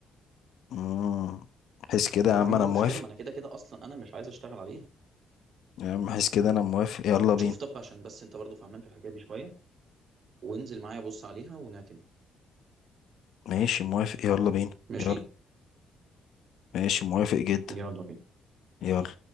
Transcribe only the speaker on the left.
مم. حس كده يا عم
انا
موافق
يا عم حس كده انا موافق يلا بينا
ماشي موافق يلا بينا
يلا ماشي موافق جدا
يلا